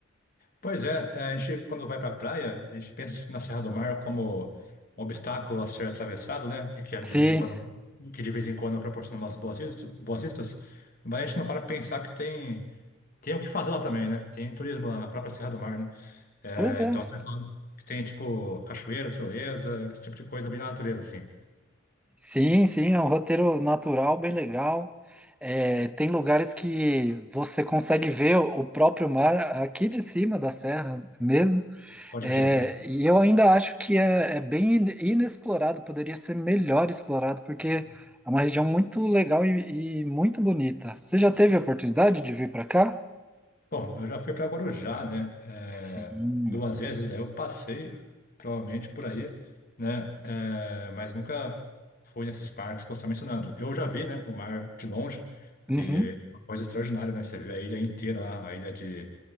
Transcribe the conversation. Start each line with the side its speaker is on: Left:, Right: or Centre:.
Left: Pois é, é, a gente quando vai para a praia, a gente pensa assim na Serra do Mar como um obstáculo a ser atravessado, né? E que é
Centre: Sim,
Left: de vez em quando, que de vez em quando proporciona umas boas vistas, boas vistas, mas a gente não para pra pensar que tem, tem o que fazer lá também, né? Tem turismo lá na própria Serra do Mar, né? É,
Centre: pois é.
Left: então você tá falando que tem tipo cachoeira, tirolesa, esse tipo de coisa bem na natureza, assim.
Centre: Sim, sim, é um roteiro natural, bem legal. É, tem lugares que você consegue ver o o próprio mar aqui de cima da serra mesmo.
Left: Pode
Centre: É,
Left: crer, pode
Centre: e eu ainda acho que é, é bem in- inexplorado, poderia ser melhor explorado, porque
Left: crer.
Centre: é uma região muito legal e, e muito bonita. Você já teve a oportunidade de vir para cá?
Left: Bom, eu já fui para Guarujá, né? é,
Centre: Sim,
Left: duas vezes, daí eu passei provavelmente por aí, né? é, mas nunca fui nesses parques que você está mencionando. Eu já vi, né, o mar de longe
Centre: uhum,
Left: e é uma coisa extraordinária, né? Você vê a ilha inteira lá, a ilha de